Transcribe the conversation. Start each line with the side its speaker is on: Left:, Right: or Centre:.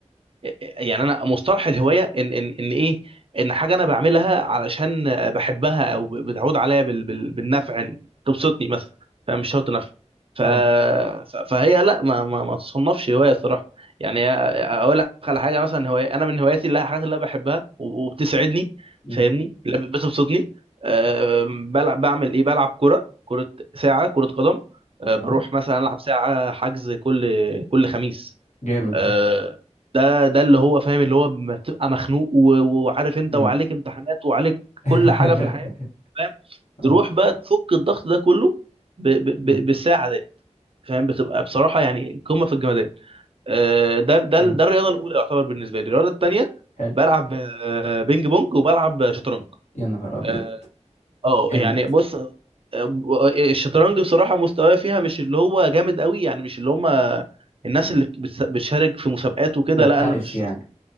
Right: يعني انا مصطلح الهوايه ان ان ان ايه ان حاجه انا بعملها علشان بحبها او بتعود عليا بال... بال... بالنفع إن تبسطني مثلا فمش شرط نفع ف... ف-
Left: اه
Right: فهي لا ما ما, ما تصنفش هوايه الصراحه يعني اقول لك على حاجه مثلا هوايه انا من هواياتي اللي هي الحاجات اللي انا بحبها وبتسعدني
Left: مم.
Right: فاهمني اللي بتبسطني أه بلعب بعمل ايه بلعب كره كره ساعه كره قدم آه، بروح
Left: اه
Right: مثلا العب ساعه حجز كل كل خميس
Left: جامد
Right: آه،
Left: ده
Right: ده ده اللي هو فاهم اللي هو ما بتبقى مخنوق و- وعارف انت
Left: مم.
Right: وعليك امتحانات وعليك
Left: <laughs>
Right: كل حاجه في الحياه فاهم تروح
Left: اه
Right: بقى تفك الضغط ده كله ب ب
Left: مم.
Right: ب بالساعه دي فاهم بتبقى بصراحه يعني قمه في الجمدان آه، ده ده
Left: جامد
Right: ده الرياضه الاولى يعتبر بالنسبه لي الرياضه الثانيه
Left: حلو
Right: بلعب آه، بينج بونج وبلعب آه، شطرنج
Left: يا نهار ابيض
Right: آه، اه
Left: جامد
Right: يعني بص آه، الشطرنج بصراحة مستواي فيها مش اللي هو جامد قوي يعني مش اللي هم الناس اللي بتس- بتشارك في مسابقات وكده
Left: محترف
Right: لا انا مش
Left: يعني